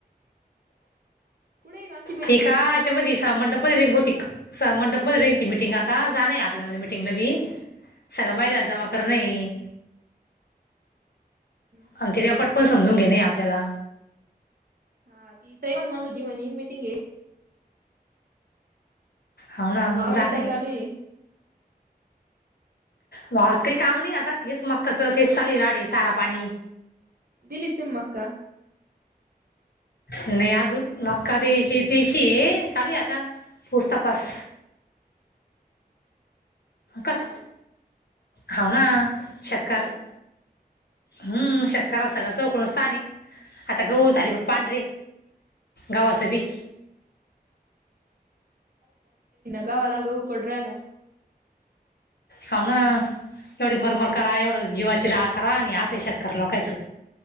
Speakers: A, on the right (about 65°); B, on the left (about 85°).
A: कुड ग
B: ठीक आहे त्या मधे मंडप रे मंडपमध्ये रेन ती मिटिंग आता जाण आपल्याला मिटिंगला बी सगळ माहितलचा माकर नाही.
A: हा
B: आणि ते रेकॉट पण समजून घेणे आपल्याला
A: ह ती तयवण बंद जीवनी मीटिंगे
B: हो ना मग
A: वावरात
B: जाणे
A: काय चालू आहे
B: वावरात काही काम नाही आता, हेच मक्काच तेच चालूल राडे सारा पाणी
A: दिलीत का मका?
B: नाही अजून मक्का द्यायची द्यायची ये, चालू आहे आता पुस तपास कस? हो ना शेतकार हम्म शेतकार सगळं चौकळ साणी, आता गऊ झाली पांढरीे गावाच भी
A: गवाला गऊ पडू रायला
B: हाव ना एवढी मरमर करा एवढं जीवाची राळ करा आणि असं आहे शेतकरी लोकायचं.